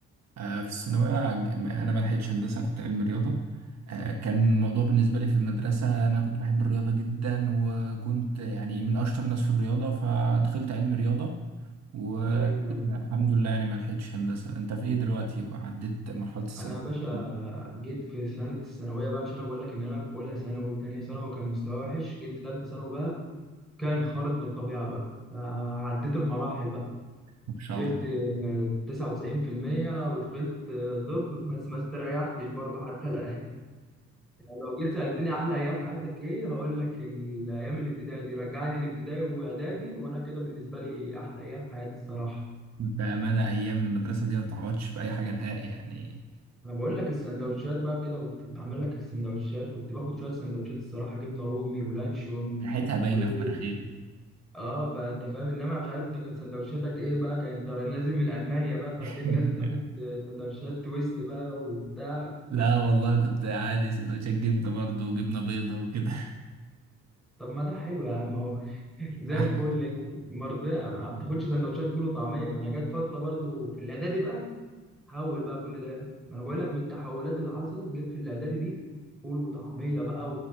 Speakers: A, on the right; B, in the centre.
A: آه، في الثانوية ج- ما- أنا ما لحقتش هندسة كنت علم رياضة آه، كان الموضوع بالنسبة لي في المدرسة أنا كنت بحب الرياضة جدا وكنت يعني من أشطر الناس في الرياضة فدخلت علم رياضة والحمد
B: ايوه أيوة.
A: لله يعني ما لحقتش هندسة أنت في إيه دلوقتي وعديت مرحلة الثانوية
B: انا يا باشا جيت في سنه الثانويه بقى مش انا بقول لك ان انا في اولى ثانوي وثانيه ثانوي كان مستواي وحش جيت في ثالثه ثانوي بقى كان خارق للطبيعه بقى فعديت المراحل
A: ما شاء
B: جبت
A: الله
B: تسعة وتسعين في المية ودخلت طب بس ما استريحتش برضه حتى الآن لو جيت سألتني أحلى أيام حياتك إيه هقول لك الأيام الابتدائي دي رجعني الابتدائي وإعدادي وأنا كده بالنسبة لي أحلى أيام حياتي الصراحة
A: بأمانة أيام المدرسة دي ما تعوضش بأي حاجة نهائي يعني
B: أنا بقول لك السندوتشات بقى كده وبتتعمل لك السندوتشات كنت باخد شوية سندوتشات الصراحة جبنة رومي ولانشون
A: ريحتها باينة
B: وبيض
A: في مناخيري
B: اه فانت فاهم انما مش عارف انت كنت سندوتشاتك ايه بقى كان انت نازل من المانيا بقى فهتلاقيك
A: <laughs>
B: نازل تاخد سندوتشات تويست بقى وبتاع
A: لا والله كنت عادي سندوتشات جبنة برضه وجبنة بيضة وكده
B: طب ما ده حلو يا عم اهو <laughs> زي
A: <laughs> أحلى
B: الفل
A: حاجة
B: يعني مرضية ما بتاخدش سندوتشات فول وطعمية ما انا جت فترة برضو في الاعدادي بقى حول بقى كل ده ما انا بقول لك من التحولات اللي حصلت جت في الاعدادي دي فول وطعمية بقى